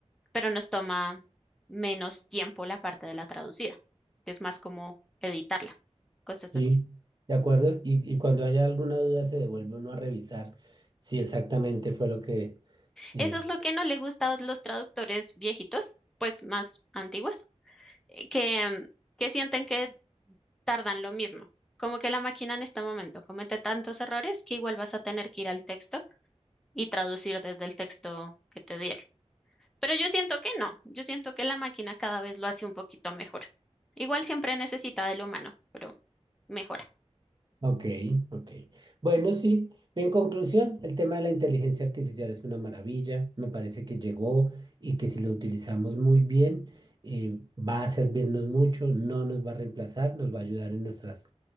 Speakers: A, in the centre; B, on the right.
A: pero nos toma menos tiempo la parte de la traducida, que es más como editarla, cosas
B: sí,
A: así.
B: de acuerdo. Y, y cuando haya alguna duda se devuelve uno a revisar si exactamente fue lo que... eh,
A: Eso es lo que no le gusta a los traductores viejitos, pues más antiguos, eh, que, mm, que sienten que tardan lo mismo. Como que la máquina en este momento comete tantos errores que igual vas a tener que ir al texto y traducir desde el texto que te dieron. Pero yo siento que no, yo siento que la máquina cada vez lo hace un poquito mejor. Igual siempre necesita del humano, pero mejora.
B: ok, ok. Bueno, sí, en conclusión, el tema de la inteligencia artificial es una maravilla. Me parece que llegó y que si lo utilizamos muy bien, eh, va a servirnos mucho, no nos va a reemplazar, nos va a ayudar en nuestras